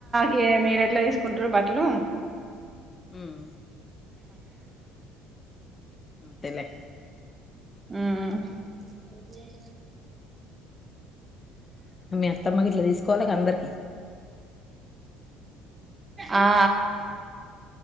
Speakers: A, on the right; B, on the left.
A: కే మీరు ఎట్లా తీసుకుంటరు బట్టలు
B: ఉమ్ అంతేలే
A: మ్మ్ హ్మ్
B: మీ అత్తమ్మగి ఇట్లా తీసుకోవాలిగ అందరిక్
A: ఆ